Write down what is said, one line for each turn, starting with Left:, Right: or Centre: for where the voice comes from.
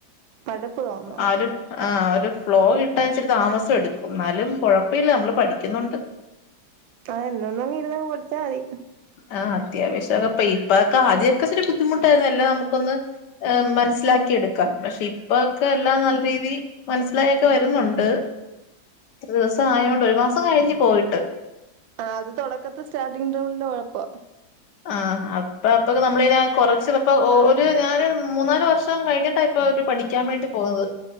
Right: മടുപ്പ് തോന്നും
Left: ആ ഒരു ആ ഒരു ഫ്ലോ കിട്ടാച്ചിരി താമസം എടുക്കും എന്നാലും കുഴപ്പ ഇല്ല നമ്മള് പഠിക്കുന്നുണ്ട്
Right: അഹ എന്നൊന്നും ഇരുന്ന പടിച്ചാ മതി
Left: ആ അത്യാവശ്യംക്കെ ഇപ്പൊക്കെ ആദ്യമൊക്കെ ഒരു ബുദ്ധിമുട്ടായിന്നല്ല നമുക്കൊന്ന് മനസ്സിലാക്കിയെടുക്കാം പക്ഷേ ഇപ്പൊക്കെല്ലാം നല്ല രീതി മനസ്സിലായൊക്കെ വരുന്നുണ്ട് ഇത്ര ദിവസം ആയോണ്ട് ഒരു മാസം കഴിഞ്ഞ് പോയിട്ട്.
Right: ആ അത് തുടക്കത്തെ സ്റ്റാർട്ടിംങ് ട്രബിളിന്റെ കുഴപ്പാ
Left: ആഹ് അപ്പൊ അപ്പൊക്ക നമ്മളീ കൊറച്ച് ഇപ്പൊ ഒരു ഞാന് മൂന്നാല് വർഷം കഴിഞ്ഞിട്ടാ ഇപ്പൊര് പഠിക്കാൻ വേണ്ടി പോകുന്നത്